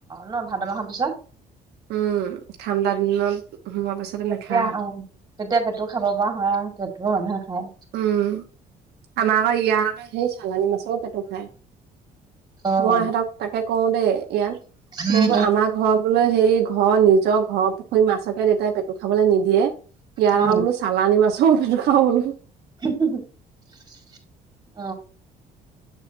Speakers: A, on the right; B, on the right.
A: ন' ভাদ মাহৰ পিছত।
B: উম, ঠাণ্ডা দিনত সোমোৱা পাছতে নাখায়
A: এতিয়া
B: আৰু,
A: আহ, তেতিয়া পেটু খাব পৰা হয় আৰু পেটও মানুহে খায়।
B: উম, আমাৰ আকৌ ইয়াৰ আকৌ সেই চালানি মাছো পেটু খায়।
A: অ',
B: মই ইহঁতক তাকে কওঁ দেই, ইয়াত
A: উম
B: মইলো আমাৰ ঘৰ বোলে হেই ঘৰ নিজৰ ঘৰ সু মাছকে তেতিাই পেটু খাবলৈ নিদিয়ে কিয়াৰ
A: উম
B: খাওঁ বোলো চালানি মাছ পেটু খাওঁ বোলো।
A: <unintelligible>